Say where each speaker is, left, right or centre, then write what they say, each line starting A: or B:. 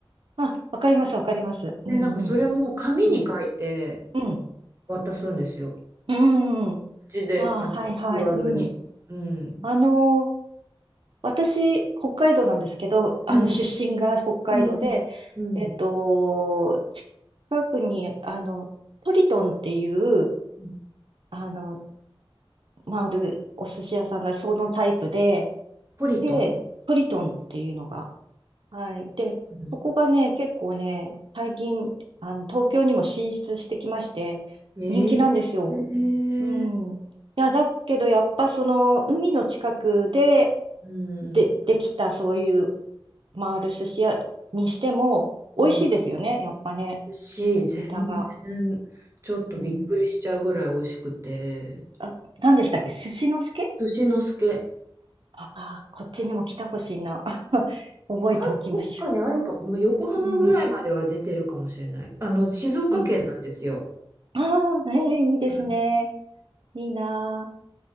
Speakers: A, on the right; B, on the right.
A: あ、わかります、わかります。うんうん。
B: う。で、なんかそれも紙に書いて
A: うん。うん。
B: 渡すんですよ。
A: うんうんうん
B: 口で、
A: ああ、
B: あの、
A: はいはい。
B: 言わずに。
A: うん。
B: うん。
A: あのー私、北海道なんですけど、あの、
B: うん。
A: 出身が北海道で、
B: うん。うん。
A: えっと、近くに、あの、トリトンっていう、
B: うん
A: あの、まあ、あるお寿司屋さんがそのタイプで、
B: ポリトン
A: で、トリトンっていうのが、はい。で、
B: うん
A: そこがね、結構ね、最近、あの、東京にも進出してきまして、
B: え
A: 人気なんですよ。
B: えー。
A: うん。いや、だけど、やっぱその、海の近くで、
B: うん。
A: で、できた、そういう、回る寿司屋にしても、美味しいですよね、
B: うん。
A: やっぱね、
B: しい、全然、
A: ネタが。
B: ちょっとびっくりしちゃうぐらい美味しくて。
A: うん。あ、何でしたっけ寿司の助
B: 寿司のすけ。
A: ああー、こっちにも来たほしいな。<laughs> 覚えておきましょ
B: あ、どっかにあるか、まあ、横浜ぐらいまでは出てるかもしれない。
A: う。うん。
B: あの、静岡県なんですよ。
A: うん。ああ、ね、いいですね。
B: うん
A: いいな